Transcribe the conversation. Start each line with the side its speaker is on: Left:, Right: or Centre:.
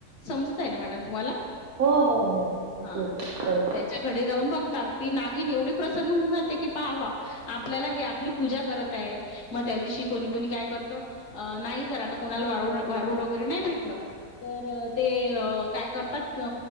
Left: समजत आहे ना मॅडम तुम्हाला.
Right: हो हो हो ऐकू
Left: हा
Right: येत कळतय.
Left: त्याच्या कडे जाऊन बघ. ती नागिन एवढी प्रसन्न होऊन जाते की पहावा आपल्याला हे आपली पूजा करत आहे मग त्या दिशी. कोणी कोणी काय करत नाही जर आता कोणाला वारू वगैरे नाही भेटलं तर. ते काय करतात अ